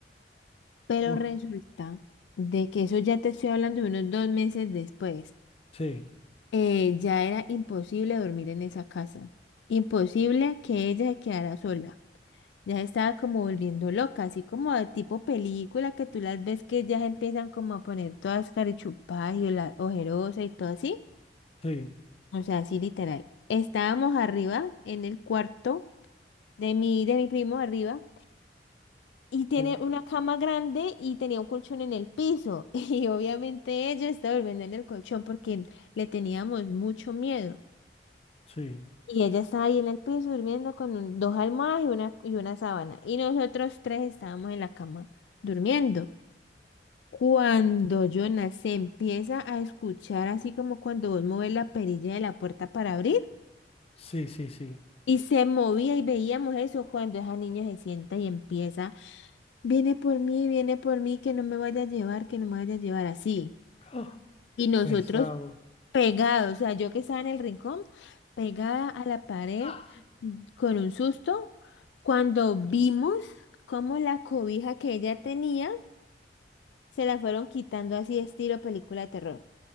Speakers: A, on the left; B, on the left.
A: Pero
B: uf,
A: resulta de que eso ya te estoy hablando de unos dos meses después.
B: sí,
A: Eh, ya era imposible dormir en esa casa, imposible que ella se quedara sola. Ya se estaba como volviendo loca, así como de tipo película que tú las ves que ya se empiezan como a poner todas carichupadas y ola- ojerosa y todo así.
B: sí,
A: O sea, así literal. Estábamos arriba en el cuarto de mi, de mi primo arriba y tiene
B: sí,
A: una cama grande y tenía un colchón en el piso <laughs> y obviamente ella estaba durmiendo en el colchón porque le teníamos mucho miedo.
B: sí,
A: Y ella estaba ahí en el piso durmiendo con un- dos almohadas y una, y una sábana. Y nosotros tres estábamos en la cama durmiendo. Cuando Jonas se empieza a escuchar así como cuando vos mueves la perilla de la puerta para abrir
B: sí, sí, sí.
A: y se movía y veíamos eso cuando esa niña se sienta y empieza, viene por mí, viene por mí, que no me vaya a llevar, que no me vaya a llevar así.
B: <gasps>
A: Y nosotros
B: Pesado.
A: pegado, o sea, yo que estaba en el rincón, pegada a la pared
B: Ah.
A: mm, con un susto, cuando vimos cómo la cobija que ella tenía se la fueron quitando así estilo película de terror.